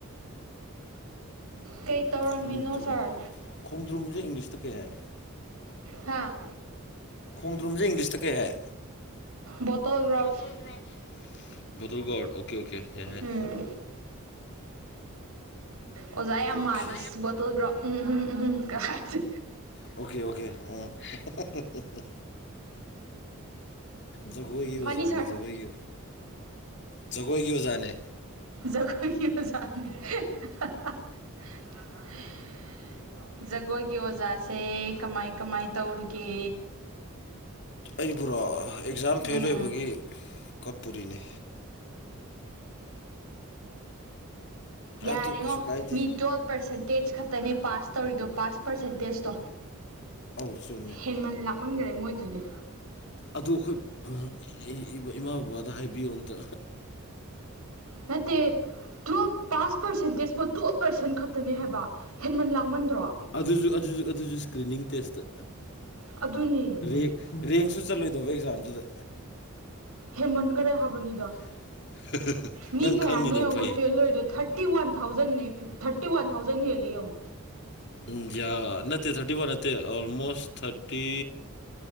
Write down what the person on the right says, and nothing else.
ꯀꯩ ꯇꯧꯔꯝꯃꯤꯅꯣ
ꯁꯥꯔ
ꯍꯥꯥ
ꯕꯣꯇꯜ ꯒ꯭ꯔꯥꯎꯠ
ꯎꯝ ꯑꯣꯖꯥ ꯌꯥꯝ
ꯃꯥꯜꯂꯦ ꯏꯁ ꯕꯣꯇꯜ ꯒ꯭ꯔꯥꯎꯗ ꯎꯝ ꯎꯝ ꯎꯝ ꯀꯥ ꯍꯥꯏꯖꯦ
ꯐꯅꯤ ꯁꯥꯔ
ꯖꯒꯣꯏꯒꯤ ꯑꯣꯖꯥꯅꯦ <unintelligible> ꯒꯣꯏꯒꯤ ꯑꯣꯖꯥ ꯁꯦ ꯀꯃꯥꯏ ꯀꯃꯥꯏ ꯇꯧꯔꯤꯒꯦ
ꯎꯝ
ꯌꯥꯔꯦꯉꯣ
ꯃꯤ ꯇꯨꯌꯦꯦꯜꯞ ꯄꯔꯁꯦꯟꯇꯦꯖ ꯈꯛꯇꯅꯦ ꯄꯥꯁ ꯇꯧꯔꯤꯗꯣ ꯄꯥꯁ ꯄꯔꯁꯦꯟꯇꯦꯖꯇꯣ
ꯍꯦꯟꯃꯟ ꯂꯥꯛꯃꯟꯈꯔꯦ ꯃꯣꯏꯗꯨꯗꯤ
ꯅꯠꯇꯦ ꯇꯨꯌꯦꯜꯞ ꯄꯥꯁ ꯄꯔꯁꯦꯟꯇꯦꯖꯄꯣ ꯇꯨꯌꯦꯜꯞ ꯄꯔꯁꯦꯟ ꯈꯛꯇꯅꯦ ꯍꯥꯏꯕ ꯍꯦꯟꯃꯟ ꯂꯥꯛꯃꯟꯗ꯭ꯔꯣ
ꯑꯗꯨꯅꯤ
ꯍꯦꯃꯟꯈꯔꯦ ꯍꯥꯏꯕꯅꯤꯗ
ꯃꯤ
ꯀꯌꯥꯅꯣ
ꯌꯦꯡꯉꯣ
ꯐꯦꯜ ꯑꯣꯏꯔꯤꯗꯣ ꯊꯥꯔꯇꯤ ꯋꯥꯟ ꯊꯥꯎꯖꯟꯅꯦ ꯊꯥꯔꯇꯤ ꯋꯥꯟ ꯊꯥꯎꯖꯟ ꯍꯦꯜꯂꯦ ꯌꯦꯡꯉꯣ